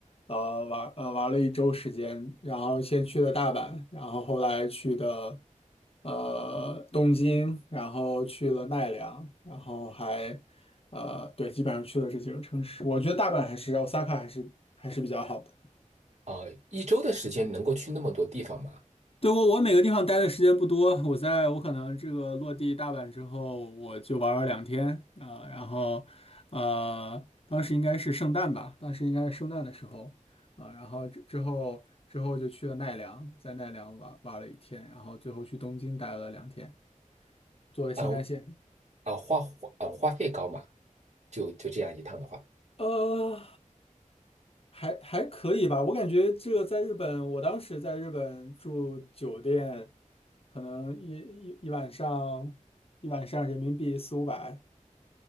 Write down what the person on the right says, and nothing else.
啊，一周的时间能够去那么多地方吗？
嗯啊，花花嗯花费高嘛？就就这样一趟的话，